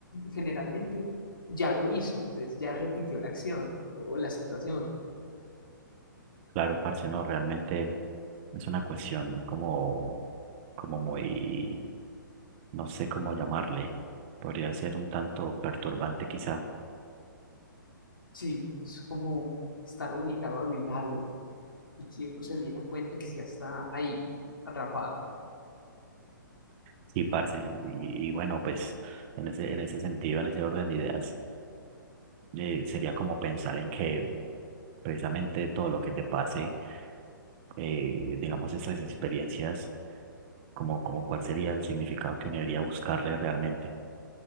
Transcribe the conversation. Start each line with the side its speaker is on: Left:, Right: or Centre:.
Left: generalmente ya lo hizo, entonces ya repitió la acción o, o la situación.
Right: Claro, parce, no, realmente es una cuestión como, como muy, no sé cómo llamarle, podría ser un tanto perturbante quizá.
Left: Sí, es como estar obligado a vivir algo y que uno se diera cuenta que ya está ahí, atrapado.
Right: Sí, parce, y, y bueno, pues en ese, en ese sentido, en ese orden de ideas, eh, sería como pensar en que precisamente todo lo que te pase, eh, digamos, esas experiencias, como, como cuál sería el significado que uno debería buscarle realmente.